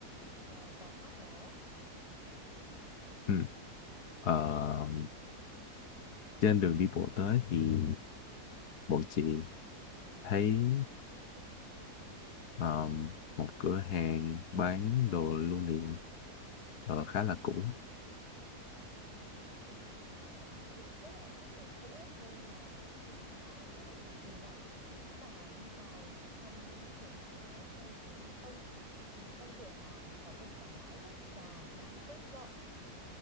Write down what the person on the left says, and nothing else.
ừ. Ờ, trên đường đi bộ tới thì bọn chị thấy ờ, một cửa hàng bán đồ lưu niệm ờ, khá là cũ.